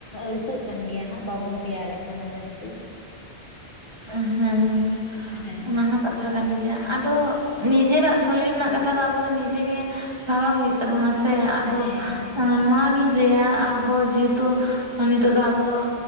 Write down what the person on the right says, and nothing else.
ᱦᱮᱸ
ᱚᱱᱟ ᱦᱚᱸ ᱠᱟ ᱠᱟᱛᱷᱟ ᱠᱟᱱ ᱜᱮᱭᱟ ᱟᱫᱚ ᱱᱤᱡᱮᱨᱟᱜ ᱥᱚᱨᱤᱨ ᱨᱮᱱᱟᱜ ᱠᱟᱛᱷᱟ ᱫᱚ ᱟᱵᱚ ᱫᱚ ᱱᱤᱡᱮ ᱜᱮ <unintelligible> ᱦᱩᱭᱩᱜ ᱛᱟᱵᱚᱱᱟ᱾ ᱛᱟᱵᱚᱱᱟ ᱥᱮ ᱟᱫᱚ
ᱱᱚᱣᱟᱜᱤᱧ ᱞᱟᱹᱭᱟ ᱟᱵᱚ ᱡᱮᱦᱮᱛᱩ ᱱᱤᱛᱚᱜ ᱫᱚ ᱟᱵᱚ ᱫᱚ